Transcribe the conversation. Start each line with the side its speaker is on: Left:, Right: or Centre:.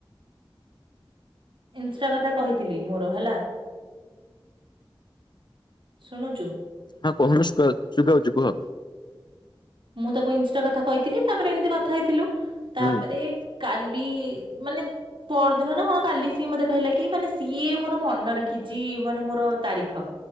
Right: ଇନଷ୍ଟା କଥା କହିଥିଲି ମୋର ହେଲା। ଶୁଣୁଚୁ?
Left: ହଁ କହୁନ ଶୁଭା-ଶୁଭାଉଛୁ କୁହ?
Right: ମୁଁ ତାକୁ ଇଂଷ୍ଟା କଥା କହିଥିଲି ତାପରେ ଏମିତି କଥା ହେଇଥିଲୁ ତାପରେ
Left: ହୁଁ
Right: କାଲି ମାନେ ପରଦିନ ନା କଣ କାଲି ସିଏ ମତେ କହିଲା କି ମାନେ ସିଏ ମୋର ମନେ ରଖିଛି ମାନେ ମୋର ତାରିଖ।